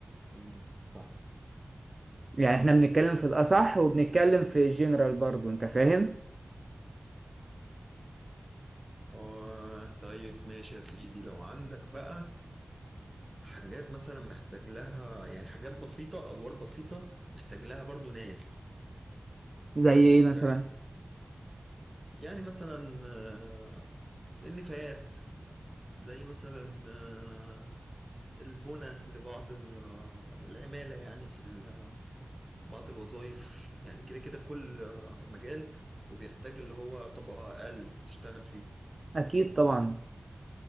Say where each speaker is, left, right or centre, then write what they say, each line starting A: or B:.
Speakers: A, on the right (about 30°); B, on the right (about 45°).
A: مم. صح
B: يعني إحنا بنتكلم في الأصح وبنتكلم في جنرال برضه أنت فاهم؟
A: آه طيب ماشي يا سيدي لو عندك بقى حاجات مثلا محتاج لها يعني حاجات بسيطة أدوار بسيطة محتاج لها برضو ناس
B: زي إيه مثلا؟
A: فاهم يعني مثلا آه، النفايات زي مثلا آه، البنى لبعض ال- آه، العمالة يعني في ال- بعض الوظائف يعني كده كده كل آه، مجال وبيحتاج اللي هو طبقة أقل تشتغل فيه
B: أكيد طبعا